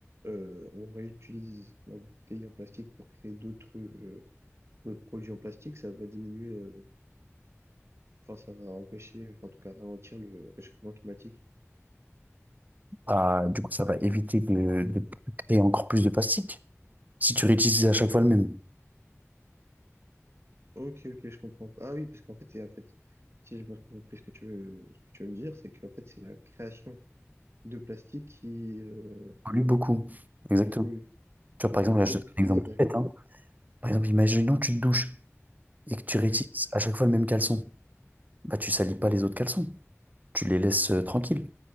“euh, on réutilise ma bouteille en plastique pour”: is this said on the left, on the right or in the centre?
Right